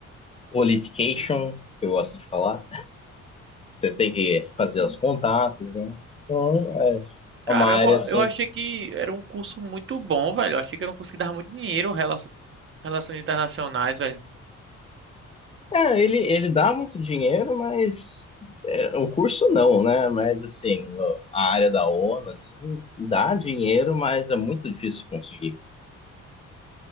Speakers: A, on the left (about 20°); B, on the right (about 40°).
A: politication, que eu gosto de falar. Você tem que fazer os contatos, né? Então, é
B: caramba,
A: é uma área assim.
B: eu achei que era um curso muito bom, velho. Eu achei que era um curso que dava muito dinheiro, rela- relações internacionais, velho.
A: É, ele, ele dá muito dinheiro, mas é, o curso não, né? Mas assim, o- a área da ONU, assim, dá dinheiro, mas é muito difícil conseguir.